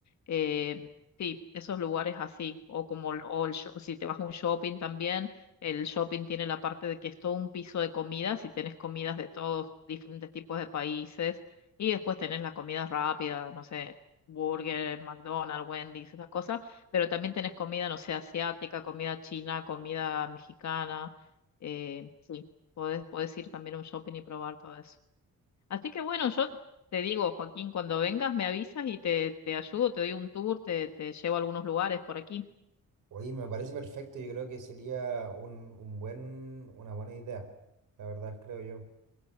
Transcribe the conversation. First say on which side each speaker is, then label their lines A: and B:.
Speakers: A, on the left (about 60°); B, on the right (about 75°).
A: Eh, sí, esos lugares así, o como el- o el sho- si te vas a un shopping también, el shopping tiene la parte de que es todo un piso de comidas y tenés comidas de todos diferentes tipos de países y después tenés la comida rápida, no sé, burger, McDonald's, Wendy's, esas cosas pero también tenés comida, no sé, asiática, comida china, comida mexicana. eh, sí, podés, podés ir también a un shopping y probar todo eso. Así que bueno, yo te digo, Joaquín, cuando vengas me avisas y te, te ayudo, te doy un tour, te, te llevo a algunos lugares por aquí.
B: Oye, me parece perfecto. Yo creo que sería un, un buen, una buena idea. La verdad, creo yo.